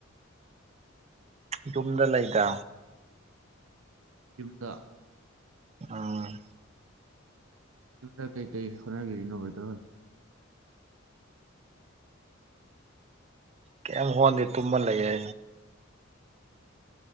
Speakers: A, on the right; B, on the right.
A: ꯌꯨꯝꯗ ꯂꯩꯒ
B: ꯌꯨꯝꯇ
A: ꯑ
B: ꯇ ꯀꯩ ꯀꯩ ꯈꯣꯅꯥ ꯈꯦꯔꯤ ꯅꯧꯧꯕꯣꯏꯗꯧꯣ
A: ꯀꯦꯝ ꯍꯣꯗꯦ ꯇꯨꯃ ꯂꯩꯦ